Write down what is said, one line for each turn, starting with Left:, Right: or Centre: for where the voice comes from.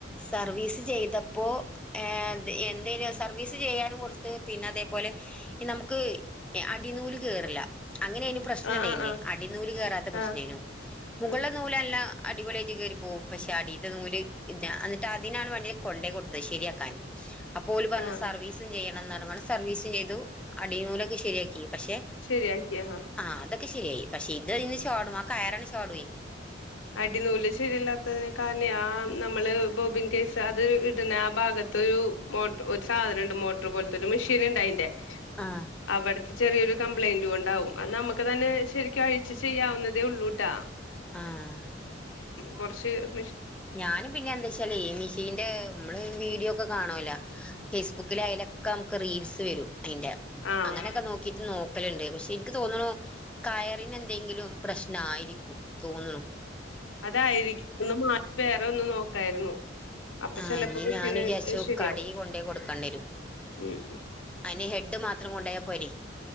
Centre: സർവീസ് ചെയ്തപ്പോ ഏത് എന്തേല് സർവീസ് ചെയ്യാനും കൊടുത്ത് പിന്ന അതേപ്പോലെ ഇൻ നമുക്ക് എ അടിനൂല് കേറില്ല. അങ്ങന ഇയ്ന് പ്രശ്നം
Left: ആഹ്
Centre: ഉണ്ടേയിന്.
Left: ആഹ്
Centre: അടിനൂല് കേറാത്ത പ്രശ്നേനു.
Left: ആഹ് ആഹ്
Centre: മുകളില
Left: ഉം
Centre: നൂലല്ല അടിപൊളിയാറ്റ് കേറിപ്പോവും പക്ഷെ അടീത്തെ നൂല് ഇത് ഞ അന്നിട്ട് അതിനാണ് വണ്ടീല് കൊണ്ടേ കൊടുത്തത് ശെരിയാക്കാൻ അപ്പോല് പറഞ്ഞ്
Left: ആഹ്
Centre: സർവീസും ചെയ്യണം <unintelligible> സർവീസ് ചെയ്തു. അടിനൂലൊക്കെ ശരിയാ കി പക്ഷെ
Left: ശരിയാക്കി ആഹ്
Centre: ആ അത ക്കെ ശരിയായി. പക്ഷെ ഇത് നിന്ന് ചാടും ആ കയറാണ്ട്‌ ചാടുവെയ്
Left: അടി നൂല് ശരിയല്ലാത്തത്‌ന് കാര്ണയാ മ് നമ്മള് ബോബിൻ കേസ് അത് ഇ ഇട്ണ ആ ഭാഗത്തൊരു മോട്ടോ ഒരു സാധനം ഇണ്ട്. മോട്ടർ പോലത്തെ ഒരു മെഷീൻ ഒണ്ട് അയിന്റെ.
Centre: ആഹ്
Left: അവട ത്തെ ചെറിയൊരു കംപ്ലൈന്റ് കൊണ്ടാവും. അത് നമ്മക്ക് തന്നെ ശെരിക്കും അഴിച്ചു ചെയ്യാവുന്നതേ ഉള്ളൂട്ടാ.
Centre: ആഹ്
Left: കൊറച്ച്
Centre: ഞാനും പിന്നെ എന്ത്‌ വെച്ചാല് മിഷീന്റെ മ്മള് വീഡിയോ ഒക്കെ കാണവല്ലോ ഫേസ്ബുക്കില് അയിലൊക്കെ നമുക്ക് റീൽസ് വരും അതിന്റെ
Left: ആഹ്
Centre: അങ്ങനെയൊക്കെ നോക്കിട്ട് നോ ക്കല്ണ്ട് പക്ഷെ ഇനിക്ക് തോന്ന്ണു കയറിന് എന്തെങ്കിലും പ്രശ്നായിരിക്കും തോന്ന്ണു
Left: അതായിരിക്കും ഒന്ന് മാറ്റി വേറെ ഒന്ന് നോക്കായിരുന്നു അപ്പൊ
Centre: ആഹ്
Left: ചെലപ്പോ
Centre: ഇനി
Left: മെഷീന്
Centre: ഞാൻ വിചാരിച്ചു
Left: ശരിയാവും
Centre: കടേയ് കൊണ്ടോയി കൊടുക്കണ്ടി രും
Left: ഉം
Centre: അയിന് ഹെഡ് മാത്രം കൊണ്ടോയാ പൊരെ